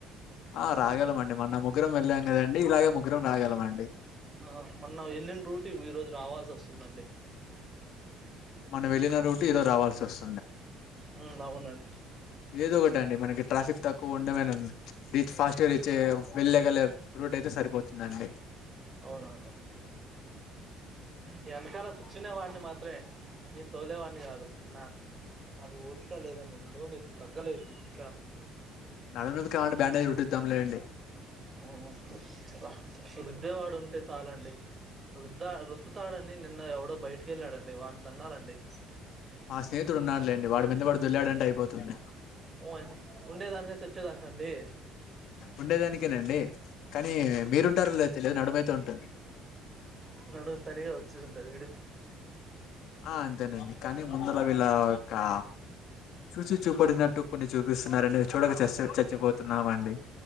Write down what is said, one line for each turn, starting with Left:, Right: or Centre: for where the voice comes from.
Left: ఆ రాగలంమండి మొన్న ముగ్గురం వెళ్ళాం గదండి. ఇలాగే ముగ్గురం రాగలంమండి.
Right: ఆ మొన్న ఏళ్ళిన్ రూట్ ఈ రోజు రావాల్సి వస్తుందండి.
Left: మనం ఏళ్ళిన రూటు ఈ రోజ్ రావాల్సి వస్
Right: ఉమ్ బావుందండి.
Left: ఏదో ఒకట్ అండి. మనకి ట్రాఫిక్ తక్కువ ఉండమేనన్ రీచ్ ఫాస్ట్ గా రీచ్ అయ్యెవ్ రూట్ అయితే సరిపోతుందండి.
Right: అవునా ఈ ఎనకల కూర్చునే వాడిని మాత్రమే నేను తోలేవాడని కాదు నాక్ నాకు ఓపిక లేదండి. నడుము నప్పి తగ్గలేదు ఇంకా
Left: నడుం నప్పకి కావంటే బ్యాండేజ్ రుట్టిద్దాం లేండి.
Right: ఉ అబ్బా రుద్దేవాడు ఉంటే సాలండి. రుద్దా రుత్తుతాడని నిన్న ఎవడో బయటకెళ్ళాడండి వాడన్ తన్నాలండి.
Left: మా స్నేహితుడు ఉన్నాడులేండి వాడి మీద వాడు దొల్లాడంటే అయిపోతుందే
Right: ఓయహు ఉండేదానికే సచ్చేదానికండి.
Left: ఉండేదానికేనండి కానీ మీరుంటారో లేదో తెలియదు నడుమైతే ఉంటుంద్
Right: నను తనిగా వచ్చేదుంటది.
Left: ఆ అంతేనండి. కానీ ముందులా వీళ్ లవక్కా చూసి చూ పోడినట్టు కొన్ని చూపిస్తున్నారండి. అవి చూడక చసే చచ్చేపోతున్నామండి.